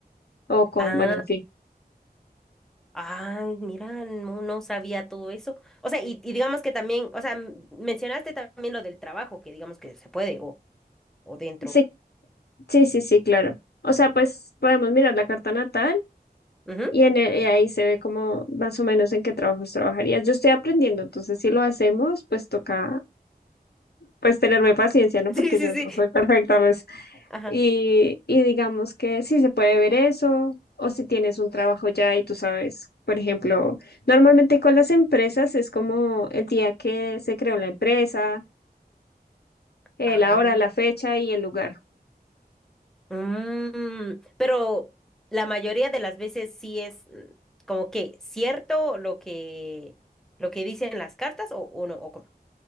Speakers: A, on the left; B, in the centre.
A: o con,
B: Ah,
A: bueno, en fin.
B: ay, mira, no, no sabía todo eso. O sea, y, y digamos que también, o sea, m- mencionaste también lo del trabajo, que digamos que se puede o, o dentro.
A: Sí, sí, sí, sí, claro. O sea, pues podemos mirar la carta natal
B: Ujú.
A: Y,
B: <laughs>
A: en e- y ahí se ve como más o menos en qué trabajos trabajarías. Yo estoy aprendiendo, entonces si lo hacemos, pues toca pues tenerme paciencia, ¿no?
B: Sí,
A: Porque
B: sí,
A: yo no
B: sí.
A: soy perfecta, pues.
B: Ajá.
A: Y, y digamos que si se puede ver eso, o si tienes un trabajo ya y tú sabes, por ejemplo, normalmente con las empresas es como el día que se creó la empresa, eh,
B: Ah,
A: la hora, la fecha y el lugar.
B: mm, pero la mayoría de las veces sí es mm, como que cierto lo que lo que dicen las cartas o, o no o cómo.